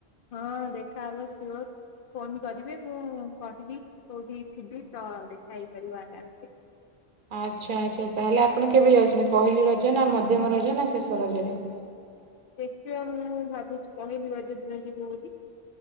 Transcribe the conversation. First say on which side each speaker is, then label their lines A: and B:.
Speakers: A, on the left; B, on the right.
A: ହଁ ଦେଖା ହବ ସିଓର୍। ଫୋନ କରିବେ ମୁଁ କହିବି କୋଉଠି ଥିବି ତ ଦେଖା ହେଇପାରିବ ଆରାମ୍ ସେ।
B: ଆଚ୍ଛା ଆଚ୍ଛା ତାହେଲେ ଆପଣ କେବେ ଯାଉଚନ୍ତି ପହିଲି ରଜ ନା ମଧ୍ୟମ ରଜ ନା ଶେଷ ରଜରେ?
A: ଦେଖିବା ମୁଁ ଭାବୁଚି ପହିଲି ରଜ ଦିନ ଯିବୁ ବୋଲି